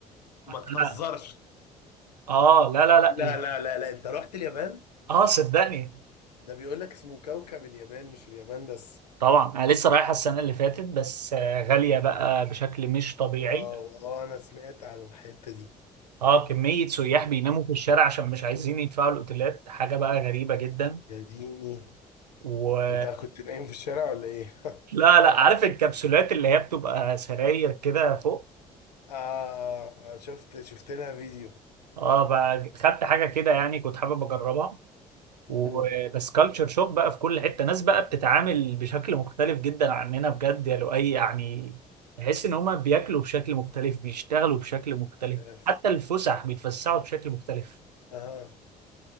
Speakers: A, on the left; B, on the right.
A: ما
B: أنا...
A: تهزرش
B: اه لا لا لا
A: لا
B: ال-
A: لا لا لا انت رحت اليابان
B: اه صدقني
A: ده بيقول لك اسمه كوكب اليابان مش اليابان بس
B: طبعا انا لسه رايحه السنه اللي فاتت بس آه، غاليه بقى بشكل مش طبيعي
A: واو اه انا سمعت على الحتة دي
B: اه كميه سياح بيناموا في الشارع عشان مش عايزين يدفعوا الاوتيلات حاجه بقى غريبه جدا
A: يا ديني
B: و...
A: انت كنت نايم في الشارع ولا ايه
B: لا لا عارف الكبسولات اللي هي بتبقى سراير كده فوق
A: <laughs> آه آه، شفت شفت لها فيديو
B: اه بقى خدت حاجه كده يعني كنت حابب اجربها وبس
A: <laughs>
B: كالتشر شوك بقى في كل حته ناس بقى بتتعامل بشكل مختلف جدا عننا بجد يا لؤي يعني تحس ان هما بياكلوا بشكل مختلف بيشتغلوا بشكل مختلف
A: يس.
B: حتى الفسح بيتفسحوا بشكل مختلف
A: اها